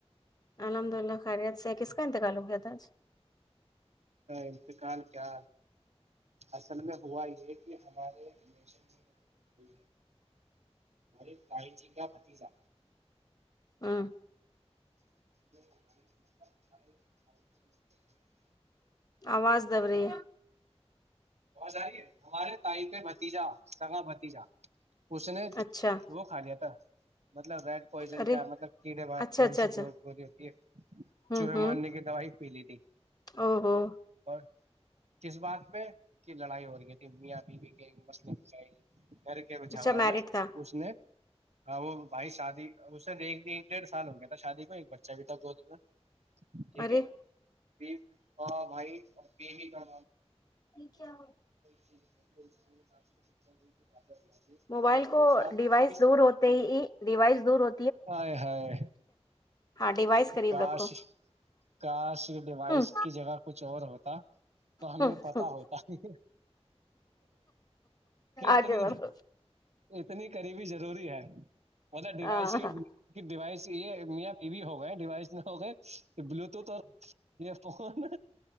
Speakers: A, on the left (about 35°); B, on the right (about 85°).
A: الحمد للہ خیریت سے کس کا انتقال ہو گیا تھا آج
B: انتقال کیا اصل میں ہوا یہ کہ ہمارے ریلیشن میں ہمے بھائی جی کا بھتیجہ
A: ہاں
B: <inaudible>
A: آواز دب رہی
B: بہ ساری ہے ہمارے تائق بھتیجا سگا بھتیجا اس نے
A: اچھا
B: وہ کھا لیا تھا مطلب ریڈ پوائزن
A: ارے
B: کیا مطلب کیڑے بگ
A: اچھا
B: کون
A: اچھا
B: سی
A: اچھا
B: دو گولی ہوتی ہے
A: ہوں
B: چوہے
A: ہوں
B: مارنے کی دوائی پی لی تھی
A: او ہو
B: اور کس بات پہ کی لڑائی ہو رہی تھی میا پ کے مسئلے کیائی گھر کے جھگڑوں
A: اچھا میرڈ
B: میں
A: تھا
B: اس نے ہاں وہ بھائی شادی اسے د ایک ایک ڈیڑھ سال ہو گیا تھا شادی کو ایک بچہ بھی تھا ب جا ٹھیک
A: ارے
B: ہے پ ہاں بھائی پ بھی کر
A: کیا ہو
B: <unintelligible>
A: موبائل
B: انسان
A: کو ڈیوائس
B: کس
A: دور ہوتے ہی ڈیوائس دور ہو
B: ہائے ہائے
A: ہاں ڈیوائس قریب
B: کاش
A: رکھو
B: کاش ڈیوائس
A: ہوں
B: کی جگہ کچھ اور ہوتا تو ہمیں
A: ہوں
B: یہ پتا
A: ہوں
B: ہوتا ہی کہ اتنی
A: آگے بڑھو
B: اتنی قریبی ضروری ہے وہد ڈیوائس
A: ہاں
B: کی ڈیوائس یہ میا ٹی وی ہوگی ہو گئے ڈیوائس میں ہو گئے یہ بلوٹوتھ اور یہ فون